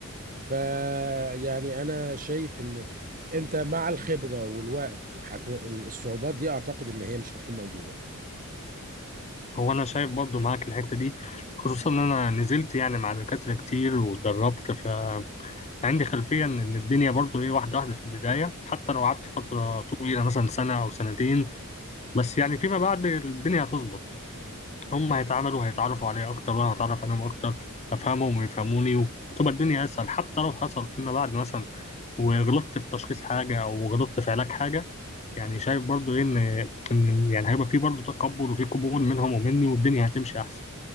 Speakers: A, on the right (about 40°); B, on the left (about 30°).
A: فيعني انا شايف انه انت مع الخبره والوقت هتو... الصعوبات دي اعتقد ان هي مش هتكون موجوده
B: هو انا شايف برضو معاك الحتة دي خصوصا ان انا نزلت يعني مع دكاترة كتير واتدربت ف عندي خلفية إن إن الدنيا برضو إيه واحدة واحدة في البداية حتى لو قعدت فترة طويلة مثلا سنة أو سنتين بس يعني فيما بعد الدنيا هتظبط هم هيتعاملوا هيتعرفوا عليا اكتر وانا هتعرف عليهم اكتر افهمهم ويفهموني وهتبقى الدنيا اسهل حتى لو حصل فيما بعد مثلا وغلطت في تشخيص حاجه او غلطت في علاج حاجه يعني شايف برضو ايه ان ان يعني هيبقى في برضو تقبل وفي قبول منهم ومني والدنيا هتمشي احسن